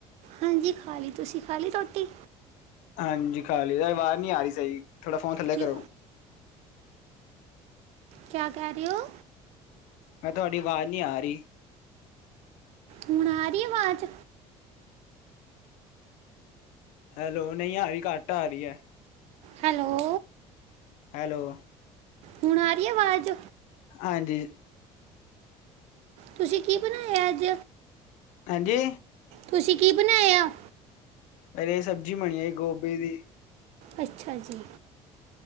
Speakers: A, on the right; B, on the left.
A: ਹਾਂਜੀ ਖਾ ਲਈ ਤੁਸੀਂ ਖਾ ਲਈ ਰੋਟੀ।
B: ਹਾਂਜੀ ਖਾ ਲਈ ਆਵਾਜ਼ ਨਹੀਂ ਆ ਰਹੀ ਸ ਜੀ ਥੋੜ੍ਹਾ ਫੋਨ ਥੱਲੇ
A: ਕੀ
B: ਕਰੋ।
A: ਕਿਆ ਕਹਿ ਰਹੇ ਹੋ।
B: ਮੈਂ ਤੁਹਾਡੀ ਆਵਾਜ਼ ਨਹੀਂ ਆ ਰਹੀ।
A: ਹੁਣ ਆ ਰਹੀ ਆਵਾਜ਼।
B: ਹੈਲੋ ਨਹੀਂ ਆ ਰਹੀ ਘੱਟ ਆ ਰਹੀ ਹੈ।
A: ਹੈਲੋ,
B: ਹੈਲੋ,
A: ਹੁਣ ਆ ਰਹੀ ਆਵਾਜ਼।
B: ਹਾਂਜੀਜ਼
A: ਤੁਸੀਂ ਕੀ ਬਣਾਇਆ ਅੱਜ
B: ਹਾਂਜੀ,
A: ਤੁਸੀਂ ਕੀ ਬਣਾਇਆ।
B: ਇਹ ਸਬਜ਼ੀ ਬਣੀ ਆਏ ਗੋਭੀ ਦੀ।
A: ਅੱਛਾ ਜੀ,